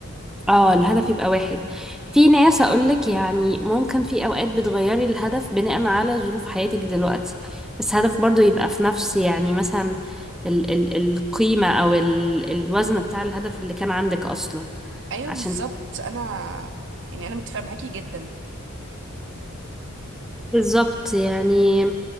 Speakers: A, in the centre; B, on the right.
A: اه الهدف يبقى واحد في ناس أقولك يعني ممكن في أوقات بتغيري الهدف بناء على ظروف حياتك دلوقتي بس هدف برضو يبقى في نفس يعني مثلا ال ال القيمة أو ال الوزن بتاع الهدف اللي كان عندك أصلا
B: ايوه
A: عشان
B: بالظبط انا يعني انا متفقة معاكي جدا
A: بالظبط يعني